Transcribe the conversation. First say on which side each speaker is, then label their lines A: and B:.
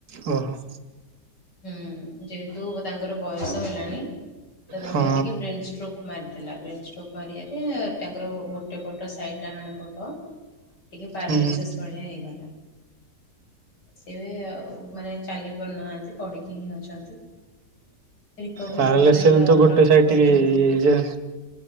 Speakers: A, on the right; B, on the left.
A: ଓ ହୋ।
B: ହୁଁ ଯେହେତୁ ତାଙ୍କର ବୟସ ହେଲାଣି ତ ତାଙ୍କର
A: ହଁ
B: ଟିକେ ବ୍ରେନ ଷ୍ଟୋକ୍ ମାରିଦେଲା ବେନ୍ ଷ୍ଟୋକ୍ ମାରିବାରେ ତାଙ୍କର ଗୋଟେ ପଟ ସାଇଡ଼୍ ଡାହାଣ ପଟ ଟିକେ ପାରଲିସେଶ୍
A: ହୁଁ
B: ଭଳିଆ ହେଇଗଲା। ସିଏ ବି ମାନେ ଚାଲି ପାରୁନାହାନ୍ତି। ପଡ଼ିକି ହିଁ ଅଛନ୍ତି ରିକଭରି
A: ପାରାଲିସିଲ
B: ହବା ପାଇଁ ଡକ୍ଟର
A: ତ ଗୋଟେ ସାଇଡ
B: କହିଛନ୍ତି।
A: ଟିକେ ଇଏ ଯେ